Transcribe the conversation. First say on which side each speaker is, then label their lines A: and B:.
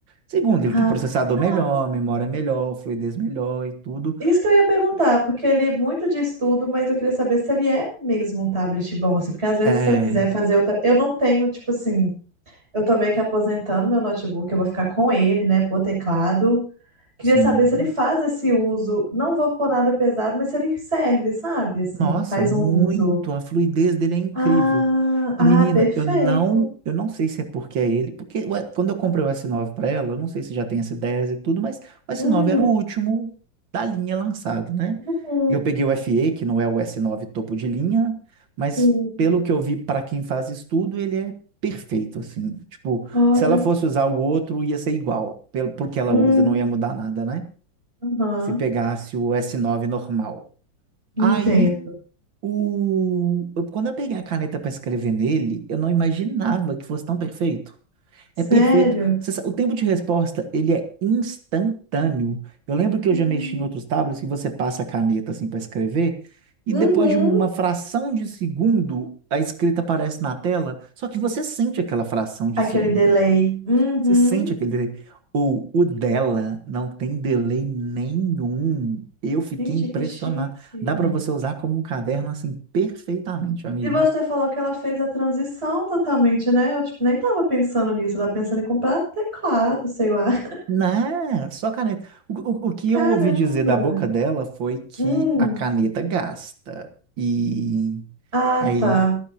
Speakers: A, on the right; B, on the right.
A: Segundo,
B: Ah,
A: ele tem processador
B: legal.
A: melhor, memória melhor, fluidez melhor e tudo.
B: Isso que eu ia perguntar, porque ele é muito de estudo, mas eu queria saber se ele é mesmo um tablet bom, assim, porque às vezes
A: É,
B: se eu quiser fazer outra. Eu não tenho, tipo assim, eu tô meio que aposentando meu notebook, eu vou ficar com ele, né, por teclado. Queria
A: sim.
B: saber se ele faz esse uso. Não vou pôr nada pesado, mas se ele serve, sabe? Assim,
A: Nossa,
B: faz
A: muito.
B: um uso.
A: A fluidez dele é incrível.
B: Ah, ah,
A: E menina,
B: perfeito.
A: eu não, eu não sei se é porque é ele, porque ué, quando eu comprei o s nove para ela, eu não sei se já tem s dez e tudo, mas o s
B: Uhum,
A: nove era o último da linha lançado, né?
B: uhum.
A: Eu peguei o FE, que não é o s nove topo de linha, mas
B: uhum.
A: pelo que eu vi para quem faz estudo, ele é perfeito assim. Tipo,
B: Olha.
A: se ela fosse usar o outro, ia ser igual, pelo porque ela
B: Uhum,
A: usa, não ia mudar nada, né?
B: uhum.
A: Se pegasse o s nove normal.
B: Entendo.
A: Aí o... eu- Quando eu peguei a caneta para escrever nele, eu não imaginava que fosse tão perfeito.
B: Sério?
A: É perfeito. Você sa- O tempo de resposta, ele é instantâneo. Eu lembro que
B: Sim.
A: eu já mexi em outros tablets que você passa a caneta assim para escrever e
B: Uhum.
A: depois de uma fração de segundo a escrita aparece na tela, só que você sente aquela fração de
B: Aquele
A: segundo.
B: delay. Uhum.
A: Você sente aquele delay. Ou o dela não tem delay nenhum. Eu fiquei
B: Gente,
A: impressionado.
B: que chique.
A: Dá para você usar como um caderno assim perfeitamente, amiga.
B: E você falou que ela fez a transição totalmente, né? Eu, tipo, nem tava pensando nisso. Eu tava pensando em comprar teclado, sei lá. <laughs>
A: Não, só caneta. O, o, o que
B: Caramba.
A: eu ouvi dizer da boca dela foi que
B: Hum.
A: a caneta gasta. E
B: Ah,
A: aí,
B: tá.